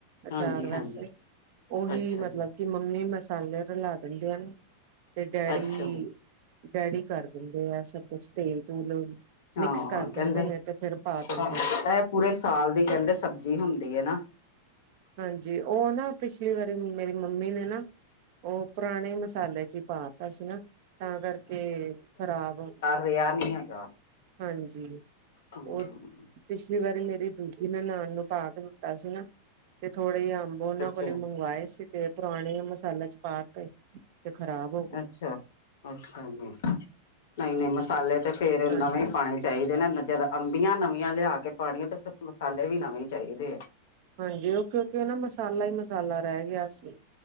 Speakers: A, on the right; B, on the left.
A: ਆਚਾਰ
B: ਹਾਂਜੀ
A: ਵੈਸੇ,
B: ਹਾਂਜੀ
A: ਓਹੀ
B: ਅੱਛਾ ਜੀ
A: ਮਤਲਬ ਕਿ ਮੰਮੀ ਮਸਾਲੇ ਰਲਾ ਦਿੰਦੇ ਹਨ, ਤੇ ਡੈਡੀ
B: ਅੱਛਾ ਜੀ
A: ਡੈਡੀ ਕਰ ਦਿੰਦੇ ਆ ਸਭ ਕੁਛ ਤੇਲ-ਤੂਲ
B: ਹਾਂ
A: ਮਿਕਸ ਕਰ
B: ਕਹਿੰਦੇ
A: ਦਿੰਦੇ ਨੇ ਤੇ ਫੇਰ ਪਾ
B: ਇਹ
A: ਦਿੰਦੇ ਨੇ।
B: ਪੂਰੇ ਸਾਲ ਦੀ ਕੈਂਦੇ ਸਬਜ਼ੀ ਹੁੰਦੀ ਏਨਾ।
A: ਹਾਂਜੀ, ਓਨਾ ਪਿਛਲੀ ਵਾਰੀ ਮੇਰੀ ਮੰਮੀ ਨਾ ਓ ਪੁਰਾਣੇ ਮਸਾਲੇ ਚ ਪਾਤਾ ਸੀ ਨਾ, ਤਾਂ ਕਰਕੇ ਖਰਾਬ
B: ਕੋਈ ਆਰ ਨੀਂ ਹੈਗਾ।
A: ਹਾਂਜੀ,
B: ਹਮ
A: ਓ ਪਿਛਲੀ ਮੇਰੀ ਦੂਜੀ ਨੇ ਨਨਾਨ ਨੂੰ ਪਾਕੇ ਦਿੱਤਾ ਸੀ ਨਾ ਤੇ ਥੋੜੇ ਜ ਆ ਓਨਾਂ
B: ਅੱਛਾ
A: ਕੋਲ ਈਂ ਮੰਗਵਾਏ ਸੀ, ਤੇ ਪੁਰਾਣੇ ਮਸਾਲੇ ਚ ਪਾਕੇ ਤੇ ਖਰਾਬ
B: ਅੱਛਾ, ਅੱਛਾ ਜੀ ਨਈਂ ਮਸਾਲੇ ਤੇ ਫੇਰ
A: ਹਾਂਜੀ
B: ਨਵੇਂ ਈਂ ਚਾਈਦੇ ਨੇ ਜਦ ਅੰਬੀਆਂ ਨਵੀਆਂ ਲਿਆ ਕੇ ਪਾਣੀਆਂ ਤੇ ਫਿਰ ਮਸਾਲੇ ਵੀ ਨਵੇਂ ਚਾਈਦੇ ਆ।
A: ਹਾਂਜੀ, ਓ ਕਿਉਂਕਿ ਨਾ ਮਸਾਲਾ ਈ ਮਸਾਲਾ ਰੈ ਗਿਆ ਸੀ